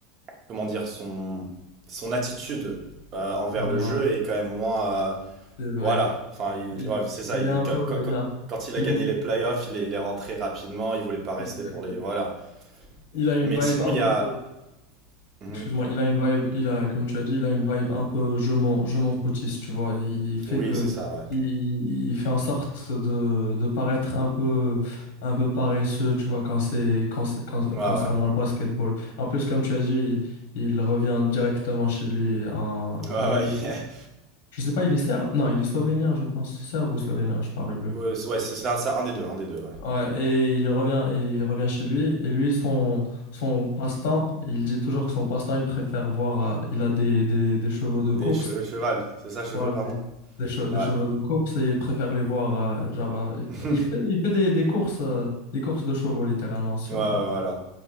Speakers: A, on the right (about 30°); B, on the left (about 70°).
A: comment dire, son, son attitude euh, envers
B: Ouais,
A: le jeu est quand même moins, euh,
B: c'est vrai.
A: voilà. Enfin, il-
B: Il,
A: ouais, c'est ça.
B: il
A: il-
B: est un peu,
A: quand, quand- quand-
B: il a,
A: quand il
B: il
A: a gagné
B: a une,
A: les playoffs, il est, il est rentré rapidement. Il voulait pas rester
B: exactement.
A: pour les, voilà.
B: Il a une
A: Et mais
B: vibe
A: sinon,
B: un
A: il
B: peu.
A: y a, Mhm.
B: Excuse-moi, il a une vibe, il a, comme tu as dit, il a une vibe un peu je m'en, je m'en foutiste, tu vois. Il, il fait
A: Oui,
B: que,
A: c'est ça, ouais.
B: il, il fait en sorte de, de paraître un peu, un peu paresseux, tu vois, quand c'est, quand c'est- quand-
A: Ouais,
B: concernant
A: ouais.
B: le basketball. En plus, comme tu as dit, il, il revient directement chez lui. en-
A: Ouais, ouais.
B: il est,
A: <laughs>
B: je sais pas, il est serbe? Non, il est slovénien, je pense. Serbe ou slovénien, je me rappelle plus.
A: Ouais, c'est ouais, c'est ça, ça, un des deux, un des deux, ouais.
B: Ouais, et il revient, et il revient chez lui. Et lui, son, son passe-temps, il dit toujours que son passe-temps, il préfère voir. euh, il a des, des, des chevaux de course.
A: Des che- chevals, c'est ça, chevaux,
B: Voilà,
A: pardon?
B: des, des, che-
A: Ouais.
B: des chevaux de course. Et il préfère les voir. euh, genre, euh, il, pr-
A: <laughs>
B: il fait, il fait des, des courses, euh, des courses de chevaux, littéralement, sur,
A: Ouais, ouais,
B: euh,
A: voilà.